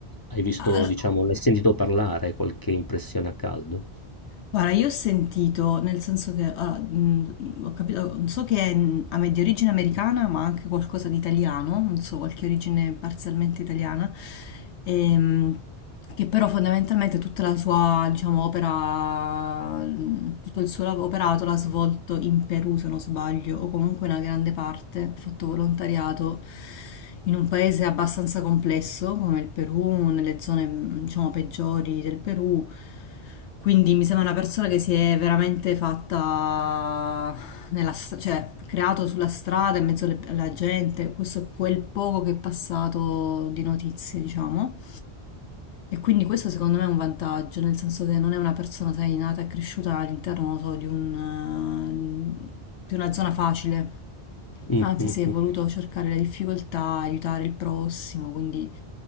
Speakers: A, on the left; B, on the left.
A: hai visto,
B: Allora,
A: diciamo, l'hai sentito parlare, qualche impressione a caldo?
B: Guarda, io ho sentito, nel senso che allora, mh, ho capito, so che è mh, am- di origine americana, ma anche qualcosa di italiano, non so, qualche origine parzialmente italiana, ehm, che però fondamentalmente tutta la sua, diciamo, opera, mh, tutto il suo lav- operato l'ha svolto in Perù, se non sbaglio, o comunque una grande parte, ha fatto volontariato in un paese abbastanza complesso come il Perù, nelle zone, mh, diciamo, peggiori del Perù. Quindi mi sembra una persona che si è veramente fatta nella, str- cioè creato sulla strada in mezzo alle- alla gente. Questo è quel poco che è passato di notizie, diciamo. E quindi questo secondo me è un vantaggio, nel senso che non è una persona, sai, nata e cresciuta all'interno, non so, di un, eh, di una zona facile.
A: Mhm.
B: Anzi, si è voluto cercare le difficoltà, aiutare il prossimo, quindi